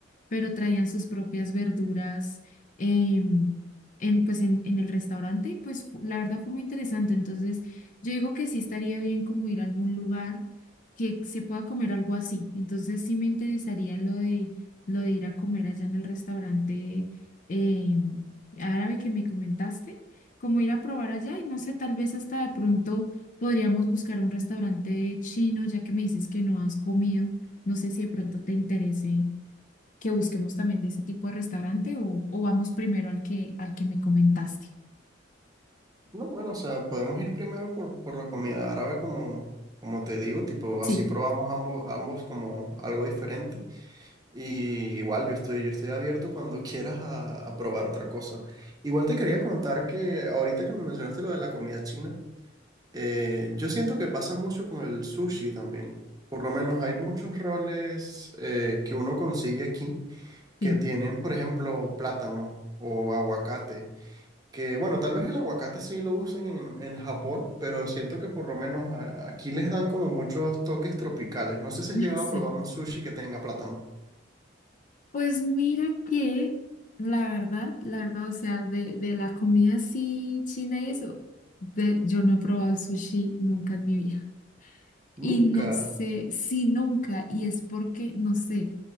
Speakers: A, on the left (about 45°); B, on the right (about 20°).
A: pero traían sus propias verduras em, en, pues en, en el restaurante y pues fu- la verdad fue muy interesante. Entonces yo digo que sí estaría bien como ir a algún lugar que se pueda comer algo así. Entonces sí me interesaría lo de, lo de ir a comer allá en el restaurante em, árabe que me comentaste, como ir a probar allá y no sé, tal vez hasta de pronto podríamos buscar un restaurante chino ya que me dices que no has comido. No sé si de pronto te interese que busquemos también de ese tipo de restaurante o, o vamos primero al que, al que me comentaste?
B: No, bueno, o sea, podemos ir primero por, por la comida árabe, como, como te digo, tipo,
A: Sí,
B: así probamos ambos, ambos como algo diferente. Y igual yo estoy, yo estoy abierto cuando <laughs> quieras a, a probar otra cosa. Igual te quería contar que ahorita que me mencionaste lo de la comida china, eh, yo siento que pasa mucho con el sushi también. Por lo menos hay muchos roles eh, que uno consigue aquí
A: sí,
B: que tienen, por ejemplo, plátano o aguacate. Que bueno, tal vez el aguacate sí lo usen en, en Japón, pero siento que por lo menos a- aquí les dan como muchos toques tropicales. No sé si has
A: <laughs>
B: llegado
A: sí.
B: a probar un sushi que tenga plátano.
A: Pues mira que la verdad, la verdad, o sea, de, de la comida así china y eso, de, yo no he probado el sushi nunca en mi vida.
B: Nunca.
A: Y no sé si nunca, y es porque, no sé.